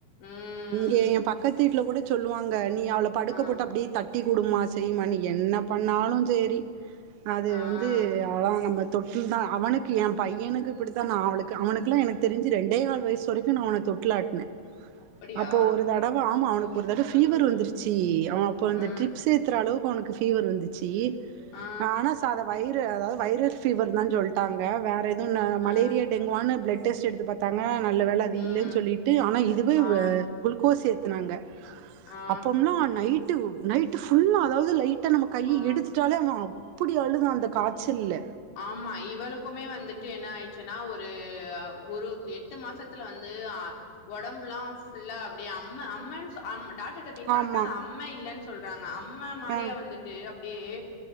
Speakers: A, on the left; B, on the right.
A: ம்
B: இங்க எ பக்கத்து வீட்ல கூட சொல்லுவாங்க நீ அவள படுக்க
A: ஆ
B: போட்டு அப்டியே தட் தட்டி குடுமா செய்யுமா நீ என்ன பண்ணாலு சேரி அது
A: ஆ
B: வந்து அவளா நம்மத் தொட்டில் தா அவனுக்கு எம் பையனுக்கு இப்பிடித்தா நா அவளுக்கு அவனுக்கெல்லா எனக் தெரிஞ்சு ரெண்டே கால் வயிசு வரைக்கும் நா அவன தொட்டுல் ஆட்னே
A: அப்படியா
B: அப்போ ஒரு தடவ ஆமா அவனுக்கு ஒரு தடவ
A: ம்
B: பீவர் வந்துருச்சு அவன் அப்ப அந்த
A: ம்
B: டிரிப்ஸ் ஏத்துற அளவுக்கு அவனுக் பீவர் வந்துச்சி
A: ஆ
B: ஆனா சா அத வயிறு அதாவுது வைரஸ் பீவர் தா சொல்லிட்டாங்க வேற எதுவும் மலேரியா
A: ஆ
B: டெங்குவானு பிளெட் டெஸ்ட் எடுத்து பாத்தாங்க நல்ல வேலை அது
A: ம்
B: இல்லன்னு சொல்லிட்டு ஆனா இதுவே
A: ஆ
B: வ குளுக்கோஸ் ஏத் சொன்னாங்க
A: ஆ
B: அப்போம்ல்லா நைட்டு நைட்டு ஃபுல்லா அதாவுது லைட் த நம்ம கையை
A: ஆ
B: எடுத்துட்டாலே அவோ அப்புடி அழுதான் அந்த காய்ச்சல்ல
A: ஆமா இவளுக்குமே வந்துட்டு என்ன ஆயிடுச்சுன்னா ஒரு அ ஒரு எட்டு மாசத்துல வந்து ஒடம்புலா ஃபுல்லா அப்பிடிய அம்ம அம்மன் சொல் டாக் டாக்டர் போயி கட்டா
B: ஆமா
A: அது அம்ம இல்லன் சொல்றாங்க அம்மை மாரியா
B: ஆ
A: வந்துட்டு அப் ம் ம்